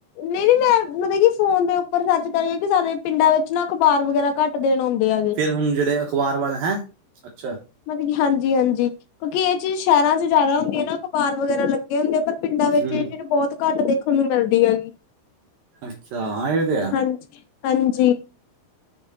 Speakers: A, on the left; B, on the right.
A: ਨਈਂ ਨਈਂ, ਮੈਂ ਮਤਲਬ ਕਿ ਫੋਨ ਦੇ ਉੱਪਰ ਸਰਚ ਕਰ ਸਾਡੇ ਪਿੰਡਾਂ ਵਿੱਚ ਨਾਂ ਅਖਬਾਰ ਵਗੈਰਾ ਘੱਟ ਦਿਨ ਹੁੰਦੇ ਆਗੇ।
B: ਫੇਰ ਹੁਣ ਜਿਹੜੇ ਅਖ਼ਬਾਰ ਵਾਲੇ, ਹੈਂ? ਅੱਛਾ।
A: ਮਤਲਬ ਕੀ ਹਾਂਜੀ ਹਾਂਜੀ, ਕਿਉਂਕਿ ਇਹ ਚੀਜ਼ ਸ਼ਹਿਰਾਂ ਚ ਜ਼ਿਆਦਾ ਹੁੰਦੀ ਐ ਨਾਂ ਅਖਬਾਰ ਵਗੈਰਾ ਲਗ ਗੇ ਹੁੰਦੇ ਆ ਪਰ ਪਿੰਡਾਂ ਵਿੱਚ
B: ਹਮ
A: ਇਹ ਚੀਜ਼ ਬਹੁਤ ਘੱਟ ਦੇਖਣ ਨੂੰ ਮਿਲਦੀ ਹੈਗੀ।
B: ਅੱਛਾ ਹਾਂ ਇਹ ਤੇ ਹੈ
A: ਹਾਂਜੀ, ਹਾਂਜੀ।